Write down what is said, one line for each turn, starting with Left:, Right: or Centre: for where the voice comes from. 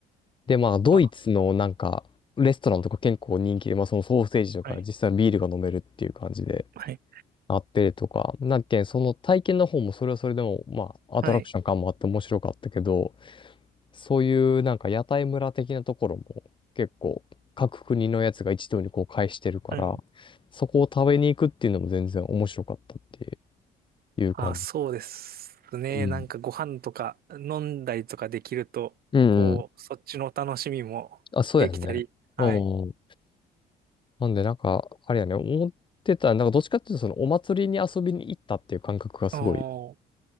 Left: で、まあ、ドイツのなんか、
Right: あ、
Left: レストランとか結構人気で、まあ、そのソーセージとか、
Right: はい。
Left: 実際にビールが飲めるっていう感じで。
Right: はい
Left: なってるとか、なんけん、その体験の方もそれはそれでも、まあ、アトラクション感もあって面白かったけど、
Right: はい。
Left: そういうなんか屋台村的なところも結構各国のやつが一堂にこう会してるから、
Right: はい。
Left: そこを食べに行くっていうのも全然面白かったっていう感じ。
Right: あ、そうですね。
Left: うん。
Right: なんかご飯とか飲んだりとかできると、
Left: うんうん。
Right: こう、そっちの楽しみもできたり。
Left: あ、そうやんね。
Right: はい。
Left: うん。なんでなんか、あれやね、思ってた、なんかどっちかっていうとそのお祭りに遊びに行ったっていう感覚がすごい
Right: おー、